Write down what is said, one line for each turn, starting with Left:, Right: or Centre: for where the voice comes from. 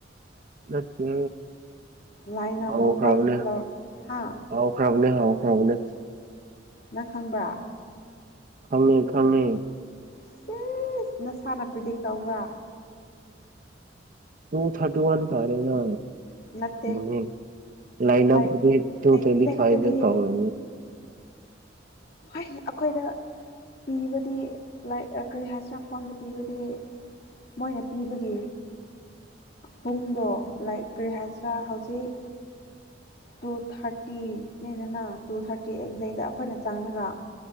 Right: ꯂꯠꯇ
Left: ꯂꯥꯏꯟ ꯑꯞꯒꯨꯝꯕ
Right: ꯑꯥꯎ ꯈꯔꯕꯅꯦ
Left: ꯂꯧ ꯍꯥ
Right: ꯑꯥꯎ ꯈꯔꯕꯅꯦ ꯍ ꯐ꯭ꯔꯣꯕꯂꯦꯝ
Left: ꯅꯪ ꯈꯪꯕ꯭ꯔꯥ
Right: ꯈꯉꯦ ꯈꯉꯦ
Left: ꯁꯤ ꯅꯁꯥꯅ ꯄ꯭ꯔꯤꯗꯤꯛ ꯇꯧꯕ꯭ꯔꯥ
Right: ꯇꯨ ꯊꯥꯔꯇꯤ ꯋꯥꯟ ꯇꯥꯔꯦꯅ
Left: ꯅꯠꯇꯦ
Right: ꯅꯤ ꯂꯥꯏꯟ
Left: ꯂꯥꯏꯛ
Right: ꯑꯞꯒꯤ ꯇꯨ
Left: ꯑꯦꯛꯖꯦꯛꯇꯗꯤ
Right: ꯇꯦꯟꯂꯤ ꯐꯥꯏꯗ ꯇꯔ
Left: ꯍꯣꯏ ꯑꯩꯈꯣꯏꯗ ꯄꯤꯕꯗꯤ ꯂꯥꯏꯛ ꯀꯔꯤ ꯍꯥꯏꯁꯤꯅ ꯐꯣꯟꯗ ꯄꯤꯕꯗꯤ ꯃꯣꯏꯅ ꯄꯤꯕꯒꯤ ꯄꯨꯡꯗꯣ ꯂꯥꯏꯛ ꯀꯔꯤ ꯍꯥꯏꯁꯤꯔꯥ ꯍꯧꯖꯤꯛ ꯇꯨ ꯊꯥꯔꯇꯤꯅꯤꯗꯅ ꯇꯨ ꯊꯥꯔꯇꯤ ꯑꯦꯛꯖꯦꯗ ꯑꯩꯈꯣꯏꯅ ꯆꯪꯉꯒ